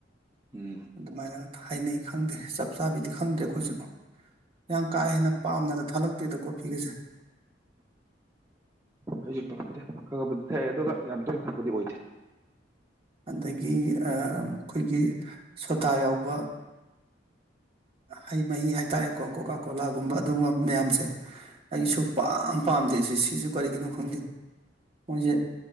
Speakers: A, on the right; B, on the right.
A: ꯎꯝ
B: ꯑꯗꯨꯃꯥꯏꯅꯒ ꯍꯥꯏꯅꯩ ꯈꯪꯗꯦ ꯆꯞ ꯆꯥꯕꯤꯗꯤ ꯈꯪꯗ꯭ꯔꯦ ꯑꯩꯈꯣꯏꯁꯨ ꯌꯥꯝ ꯀꯥ ꯍꯦꯟꯅ ꯄꯥꯝꯅꯒ ꯊꯥꯂꯛꯇꯦꯗ ꯀꯣꯐꯤꯒꯁꯦ
A: ꯑꯩꯁꯨ ꯄꯥꯝꯗꯦ ꯈꯥꯈꯥꯕꯨ ꯊꯛꯑꯦ ꯑꯗꯨꯒ ꯌꯥꯝ ꯇꯣꯏꯅ ꯊꯛꯄꯗꯤ ꯑꯣꯏꯗꯦ
B: ꯑꯗꯒꯤ ꯑꯩꯈꯣꯏꯒꯤ ꯁꯣꯗꯥ ꯌꯥꯎꯕ ꯍꯩ ꯃꯍꯤ ꯍꯥꯏꯇꯥꯔꯦꯀꯣ ꯀꯣꯀꯥ ꯀꯣꯂꯥꯒꯨꯝꯕ ꯑꯗꯨꯒꯨꯝꯕ ꯃꯌꯥꯝꯁꯦ ꯑꯩ
A: ꯎꯝ
B: ꯁꯨꯛ ꯄꯥꯝ ꯄꯥꯝꯗꯦꯁꯦ ꯁꯤꯁꯨ ꯀꯔꯤꯒꯤꯅꯣ ꯈꯪꯗꯦ ꯃꯣꯏꯁꯦ